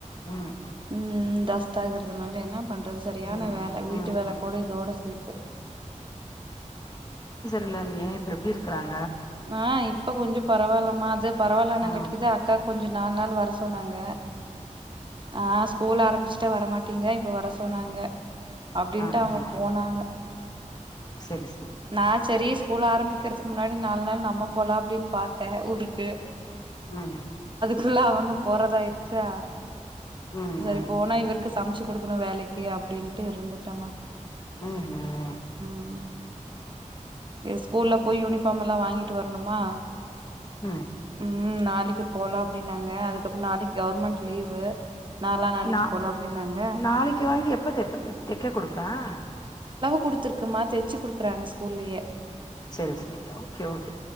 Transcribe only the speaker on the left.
ம்
ம்
ம்
ம்
இல்ல அண்ணி இப்ப எப்டி இருக்கிறாங்க
ஆ
ஆஹா
செரி செரி
ம்
ம்
ம்
ம் ம்ம்
ம்
நா
நாளைக்கு வாங்கி எப்பப்ப தெக்க கொடுப்பான்
செரி செரி ஓகே ஓகே